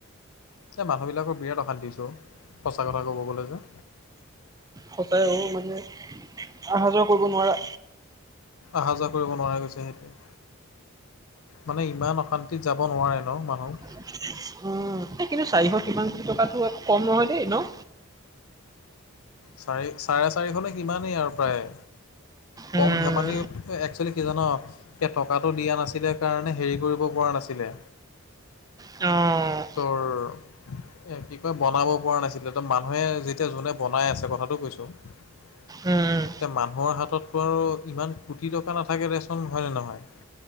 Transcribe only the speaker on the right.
সচাই অ মানে অহা যোৱা কৰিব নোৱাৰা
উম কিন্তু চাৰিশ কিমান কোটি টকাটো কম নহয় দেই ন
উম,
অ
উম, উম,